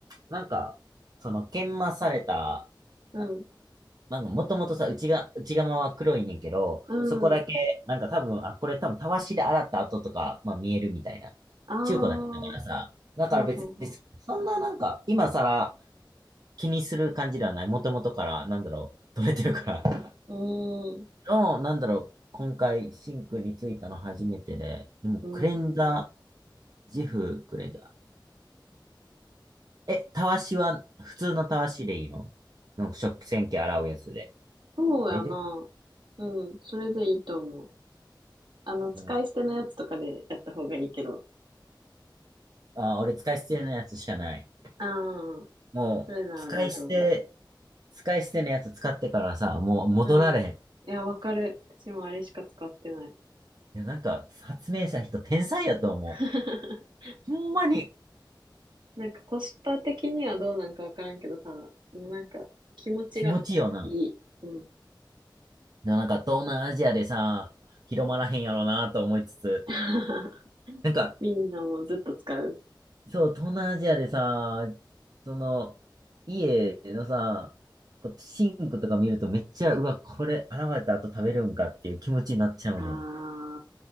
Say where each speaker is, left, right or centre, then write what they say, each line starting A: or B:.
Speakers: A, on the right; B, on the right.
A: なんか、その、研磨された、
B: うん、
A: あなんか、もともとさ、内が、内側は黒いねんけど、
B: うん。
A: そこだけ、なんか多分、あ、これ多分、たわしで洗った跡とか、まあ見えるみたいな。
B: ああ、
A: 中古だけだからさ、だから別に、
B: ほうほうほ
A: そんななんか、今更、気にする感じではない。もともとから、なんだろう、取れてるから。<laughs>
B: う。うーん、
A: の、なんだろう、今回、シンクについたの初めてで、でも、
B: うん。
A: クレンザー、ジフクレンザー。え、たわしは、普通のたわしでいいのなんか食洗機洗うやつで。
B: そうやな。
A: 大丈夫、
B: うん、それでいいと思う。あの、使い捨てのやつとかでやった方がいいけど。
A: うん、あー、俺使い捨てのやつしかない。
B: ああ、
A: もう、
B: それなら大丈夫。
A: 使い捨て、使い捨てのやつ使ってからさ、もう戻られへん。
B: うん。
A: い
B: いや、わかる。私もあれしか使ってない。
A: や、なんか、発明した人天才やと思
B: <laughs>
A: う。ほんまに
B: なんかコスパ的にはどうなんかわからんけどさ、もうなんか気持ちがいい。
A: 気持ちいいよな。
B: うん。
A: でもなんか東南アジアでさ、広まらへんやろうなと思いつつ、
B: <laughs>
A: なんか、
B: みんなもずっと使う。
A: そう、東南アジアでさ、その、家のさ、こうシンクとか見るとめっちゃ、うわ、これ洗われた後食べるんかっていう気持ちになっちゃうねん。
B: あ